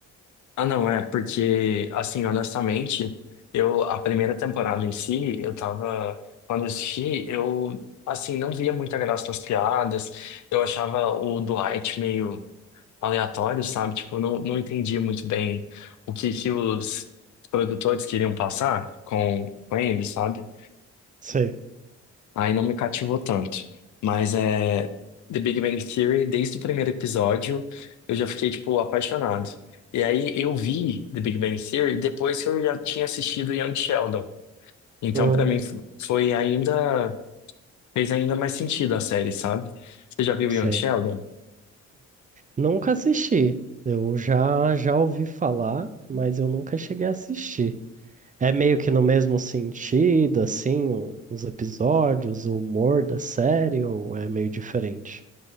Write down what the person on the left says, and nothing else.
Ah, não, é, porque, assim, honestamente, eu, a primeira temporada em si, eu tava, quando eu assisti, eu, assim, não via muita graça nas piadas, eu achava o Dwight meio aleatório, sabe? Tipo, eu não, não entendia muito bem o que que os produtores queriam passar com, com ele, sabe?
Aí não me cativou tanto. Mas é The Big Bang Theory, desde o primeiro episódio, eu já fiquei, tipo, apaixonado. E aí eu vi The Big Bang Theory depois que eu já tinha assistido Young Sheldon. Então,
pra mim, f- foi ainda. Fez ainda mais sentido a série, sabe? Você já viu
Young Sheldon?